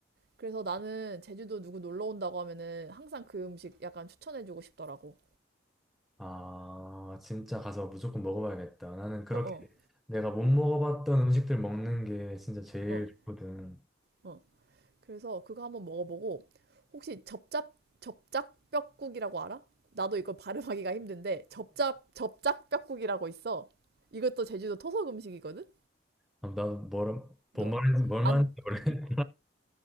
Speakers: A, on the right; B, in the centre.
A: 그래서 나는 제주도 누구 놀러 온다고 하면은 항상 그 음식 약간 추천해주고 싶더라고.
B: 아, 진짜 가서 무조건 먹어봐야겠다. 나는 그렇게
A: 어어,
B: 내가 못 먹어봤던 음식들 먹는 게 진짜 제일
A: 어, 어.
B: 좋거든.
A: 어. 그래서 그거 한번 먹어보고 혹시 접잡, 접짝뼈국이라고 알아? 나도 이걸 발음하기가 힘든데 접잡, 접짝뼈국이라고 있어. 이것도 제주도 토속 음식이거든?
B: 아, 난 뭘, 뭔
A: 너.
B: 말인지, 뭘
A: 안,
B: 말인지 모르겠